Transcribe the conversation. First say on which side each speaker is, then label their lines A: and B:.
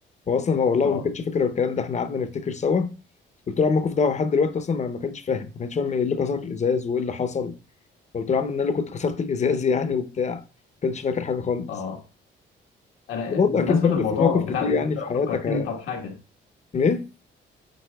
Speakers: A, on the left; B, on the left.
A: هو اصلا ما- والله
B: اه
A: ما كانش فاكر الكلام ده احنا قعدنا نفتكر سوا قلت له يا عم الموقف ده لحد دلوقتي اصلا ما ما كانش فاهم ما كانش فاهم ايه اللي كسر الازاز وايه اللي حصل قلت له يا عم ان انا اللي كنت كسرت الازاز يعني وبتاع ما كانش فاكر حاجه خالص
B: آه. انا
A: برضه
B: بمناسبه
A: اكيد برضه
B: الموضوع
A: في مواقف
B: بتاع
A: كتير
B: الازاز
A: يعني
B: ده
A: في حياتك
B: فكرتني انت بحاجه
A: ايه